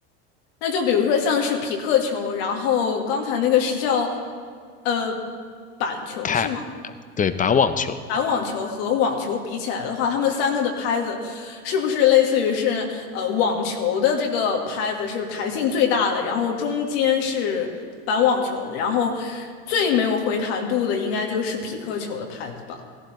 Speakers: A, on the left; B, on the left.
A: 那就比如说像是匹克球，然后刚才那个是叫呃板球是吗？
B: 拍，对，板网球，
A: 板网球和网球比起来的话，他们三个的拍子是不是类似于是呃网球的这个拍子是弹性最大的，然后中间是板网球的，然后最没有回弹度的应该就是匹克球的拍子吧？